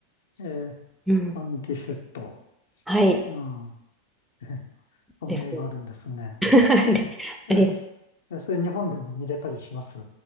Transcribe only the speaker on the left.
えー、
アンディセット。
うん。<laughs> えそんな映画あるんですね。
え、え、そえそれ日本でも見れたりします